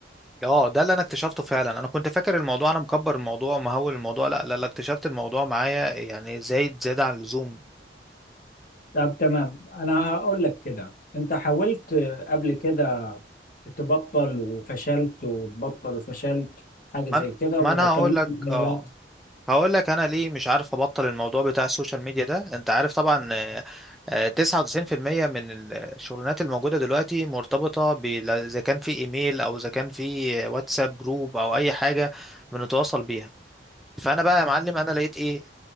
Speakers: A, in the centre; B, on the left (about 50°).
A: اه ده اللي انا اكتشفته فعلا انا كنت فاكر الموضوع انا مكبر الموضوع ومهول الموضوع لا لا لا اكتشفت الموضوع معايا يعني زايد زيادة عن اللزوم
B: طب تمام انا هقول لك كده انت حاولت آه، قبل كده تبطل وفشلت وتبطل وفشلت حاجة زي
A: ما أنا-
B: كده
A: ما
B: ولا
A: انا
B: كان
A: هقول
B: ليك
A: لك
B: مجالات
A: اه هقول لك انا ليه مش عارف ابطل الموضوع بتاع السوشيال ميديا ده انت عارف طبعا آه، آه، 99% من الشغلانات الموجودة دلوقتي مرتبطة ب- اذا كان في ايميل او اذا كان في واتساب جروب او اي حاجة بنتواصل بيها فانا بقى يا معلم انا لقيت ايه